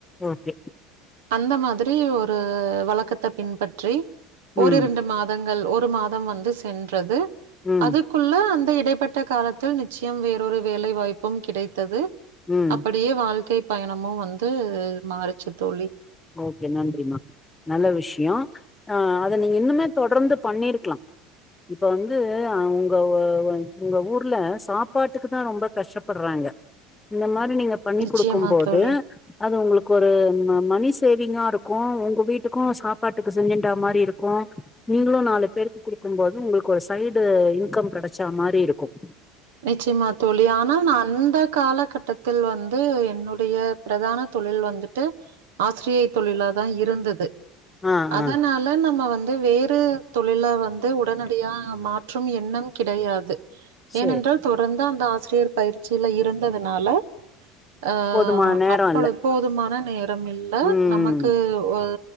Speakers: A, on the left (about 15°); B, on the right (about 85°).
A: ஓகே
B: அந்த மாதிரி ஒரு வழக்கத்த பின்பற்றி ஒரு
A: ம்
B: ரெண்டு மாதங் கள் ஒரு மாதம் வந்து சென்றது
A: ம்
B: அதுக்குள்ள அந் இது இடைப்பட்ட காலத்தில் நிச்சியம் வேறொரு வேலை வாய்ப்பும் கிடைத்தது
A: ம்
B: அப்பிடியே வாழ்க்கைப் பயணமு வந்து மாறிச்சு தோழி
A: ஓகே நன்றிமா நல்ல விஷ்யோ ஆ அத நீங்க இன்னுமே தொடர்ந்து பண்ணிருக்குலா இப்ப வந்து அவுங்கவோ உங்க ஊர்ல சாப்பாட்டுக் க்கு தா ரொம்ப கஷ்டப்படுறாங்க இந்த மாரி நீங்க பண்ணி
B: நிச்சயமா
A: குடுக்கும் போது
B: தோழி
A: அது உங்குளுக் கொரு ம மனிஷ் சேவிங்கா இருக்கு உங்க வீட்டுக்கு சாப்பாட்டுக்கு செஞ்சுட்டா மாரி இருக்கு நீங்குளும் நாலு பேருக்கு குடுக்கும் போது உங்குளுக்கு ஒரு சைடு இன்கம் கிடைச்சா மாரி இருக்கும்
B: நிச்சியமா தோழி ஆனா நா அந்த காலகட்டத்தில் வந்து என்னூல் பிரிய பிரகான தொழில் வந்துட்டு ஆசிரியை தொழில தா இருந்தது
A: ஆ
B: அதனால
A: ஆ
B: நம்ம வந் வந்து வேறு தொழில வந்து உடனடியா மாற்றும் எண்ணம் கிடையாது
A: சேரி
B: ஏனென்றால் தொடர்ந்து அந்த ஆ சிரியை பயிற்சியில இருந்ததுனால ஆ
A: போதுமான நேரோ
B: அப்பொழு
A: இல்ல
B: இப்போது மன இடம் இல்ல
A: ம்
B: நமக்கு ஒ